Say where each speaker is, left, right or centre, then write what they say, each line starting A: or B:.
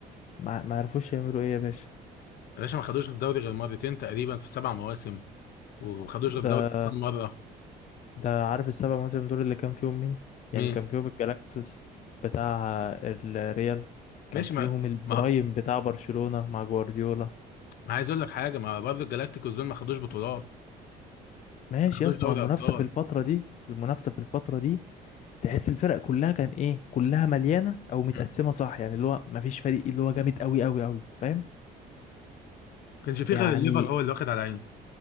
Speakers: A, on the left; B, on the left.
A: ما ما عرفوش يعملوا ايه يا باشا
B: يا باشا ما خدوش الدوري غير مرتين تقريبا في سبع مواسم وما خدوش
A: ده
B: غير الدوري كل مره
A: ده عارف السبع مواسم دول اللي كان فيهم مين
B: مين
A: يعني كان فيهم الجلاكتوس بتاع الريال كان
B: ماشي
A: فيهم
B: ما
A: البرايم
B: ما
A: بتاع برشلونة مع جوارديولا
B: ما عايز اقول لك حاجه ما برضه الجلاكتيكوس دول ما خدوش بطولات
A: ماشي
B: ما خدوش
A: يا اسطى
B: دوري
A: ما المنافسة
B: ابطال
A: في الفترة دي المنافسة في الفترة دي تحس الفرق كلها كان ايه كلها مليانه او متقسمه
B: مم. ما
A: صح يعني اللي هو مفيش فريق اللي هو جامد قوي قوي قوي فاهم
B: كانش فيه
A: يعني
B: غير الليفر هو اللي واخد على عينه